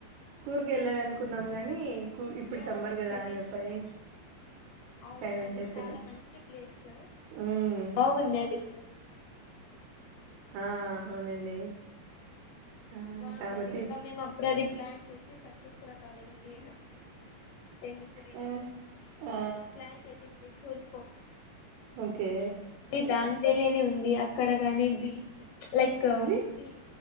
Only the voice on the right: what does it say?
కూరుకు వెళ్ళాలి అనుకున్నాం గాని కూ ఇప్పుడు
సమ్మర్ కదా
అని
చెప్పని
సైలెంట్
అయిపోయినాం
ఉమ్
ఆ అవునండి ఆ
కాబట్టి
ఆ ఆ
ఓకే
ఏవి